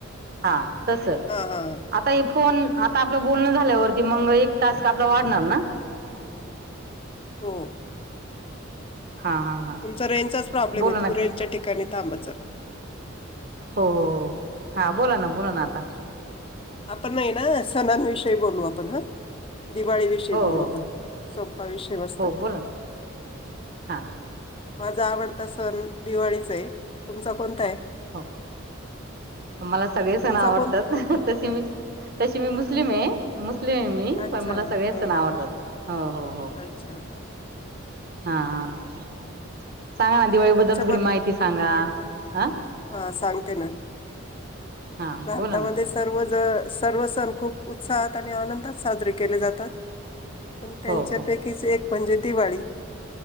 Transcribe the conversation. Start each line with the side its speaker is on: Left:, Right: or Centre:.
Right: हा तस
Left: हा हा
Right: आता ये फोन आता आपलं बोलणं झाल्यावरती मग एक टास्क आपला वाढणार ना?
Left: हो.
Right: हा हा हा
Left: तुमचा रेंजचाच प्रॉब्लेमये
Right: बोला ना
Left: तुम्ही रेंजच्या
Right: का
Left: ठिकाणी थांबत चला.
Right: हो हो हो. हा बोला ना बोला ना आता.
Left: पण हाय ना सणांविषयी बोलू आपण हा दिवाळी विषयी
Right: हो
Left: बोलू
Right: हो
Left: आपण,
Right: हो
Left: सोप्पा विषय मस्त.
Right: हो बोला ना हा.
Left: माझा आवडता सण दिवाळीचाय, तुमचा कोणताय?
Right: हो मला सगळे सण
Left: तुमचा
Right: आवडतात,
Left: कोणता?
Right: तसे मी तशी मी मुस्लिमये, मुस्लिमये मी
Left: अच्छा.
Right: पण मला सगळे
Left: हा
Right: सण
Left: हा
Right: आवडतात,
Left: हा.
Right: हो हो. हो
Left: अच्छा हम्म.
Right: हा हा. सांगा ना दिवाळी
Left: मग तुमच्या
Right: बद्दल थोडी
Left: मते
Right: माहिती सांगा हा.
Left: हा, सांगते ना.
Right: हा
Left: भारतामध्ये
Right: बोला ना
Left: सर्व ज सर्व सण खूप उत्साहात आणि आनंदात साजरे केले जातात. आणि त्यांच्यापैकीच
Right: हो हो
Left: एक म्हणजे दिवाळी.